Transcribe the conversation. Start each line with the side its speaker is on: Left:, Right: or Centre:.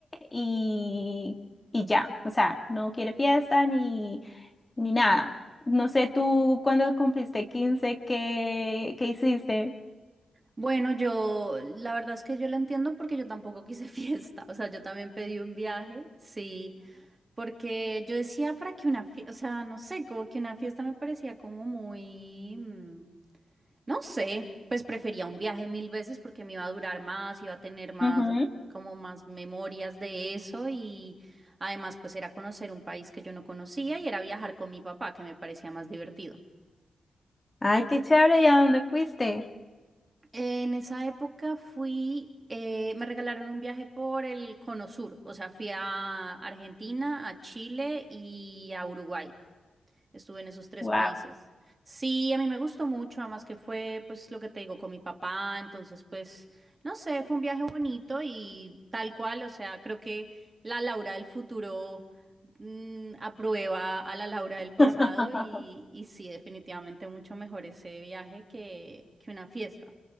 Left: y, y ya, o sea, no quiere fiesta ni, ni nada. No sé tú cuando cumpliste quince? ¿qué, qué hiciste?
Right: Bueno, yo, la verdad es que yo la entiendo porque yo tampoco quise <laughs> fiesta, o sea, yo también pedí un viaje, sí, Porque yo decía para que una fiesta, o sea, no sé, como que una fiesta me parecía como muy, mm, no sé, pues prefería un viaje mil veces porque me iba a durar más, iba a tener más,
Left: Ajá.
Right: como más memorias de eso y además pues era conocer un país que yo no conocía y era viajar con mi papá, que me parecía más divertido.
Left: Ay, qué chévere, ¿y a dónde fuiste?
Right: En esa época fui, eh, me regalaron un viaje por el Cono Sur, o sea, fui a Argentina, a Chile y a Uruguay. Estuve en esos tres
Left: Wow.
Right: países. Sí, a mí me gustó mucho, además que fue, pues, lo que te digo, con mi papá, entonces, pues, no sé, fue un viaje bonito y tal cual, o sea, creo que la Laura del futuro mm, aprueba a la Laura del pasado
Left: <laughs>
Right: y, y sí, definitivamente mucho mejor ese viaje que, que una fiesta.